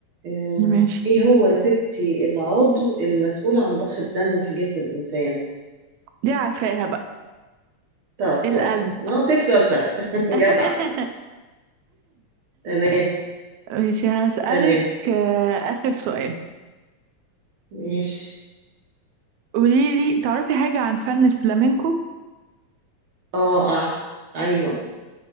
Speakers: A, on the right (about 60°); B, on the right (about 80°).
A: آه،
B: ماشي
A: إيه هو يا ستي العضو المسؤول عن ضخ الدم في جسم الإنسان؟
B: دي عارفاها بقى
A: طب كويس
B: القلب
A: ما أنا قلت لك سؤال سهل <laughs>
B: <laughs>
A: جدع تمام
B: ماشي هسألك
A: تمام
B: آه، آخر سؤال
A: ماشي
B: قوليلي تعرفي حاجة عن فن الفلامينكو؟
A: أه أعرف أيوه